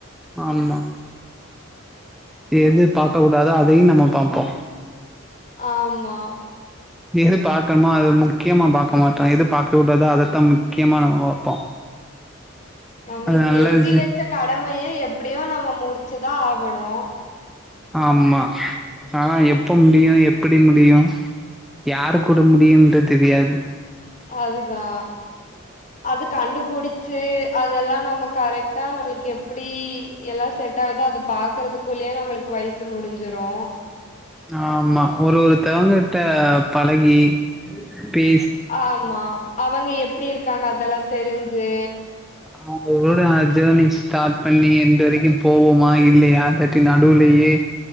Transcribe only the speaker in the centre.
ஆமா எது பாக்க கூடாதோ அதையு நம்மோ பாப்போ
எது பாகக்கணுமோ அது முக்கியமா பாக்க மாட்டோ எது பாக்க கூடாதோ அதத்தா முக்கியமா நம்ம பாப்போ
அது நல்ல
விஷய
ஆமா ஆனா எப்ப முடியு எப்படி முடியு யாரு கூட முடியுன்றது தெரியாது
ஆமா ஒரு ஒரு தவங்கிட்ட பழகி பி
அவங்களோட ஜேர்னி ஸ்டார்ட் பண்ணி எண்டு வரைக்கு போவோமா இல்லையா அத இப்டி நடுவுலேயே